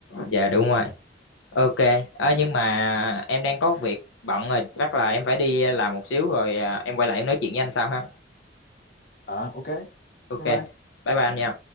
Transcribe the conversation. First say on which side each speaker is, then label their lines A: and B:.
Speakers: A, on the left; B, on the left.
A: dạ đúng rồi ok Ơ
B: ừ
A: nhưng mà em đang có việc bận rồi chắc là em phải đi làm một xíu rồi à, em quay lại em nói chuyện với anh sau ha
B: à ok Bye
A: ok
B: bye.
A: bye bye anh nha